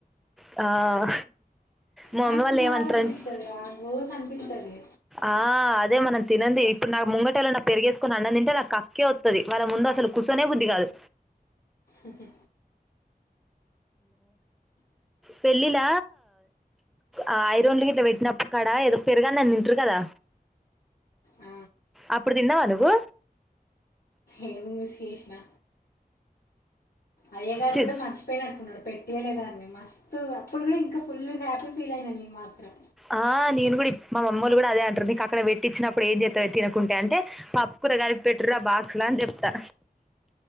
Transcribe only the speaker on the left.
మస్త్
<unintelligible>
ఇస్తుంది రా రోజనిపిస్తది
అకే
ఆ,
ఏం చూస్ చేస్నా అయ్య గారు
కూడా మర్చిపోయినట్టున్నరు పెట్ తియ్యలేదాన్ని మస్తు అప్పుడు కూడా ఇంకా ఫుల్లు హ్యాపీ ఫీల్ అయినాను నేను మాత్రం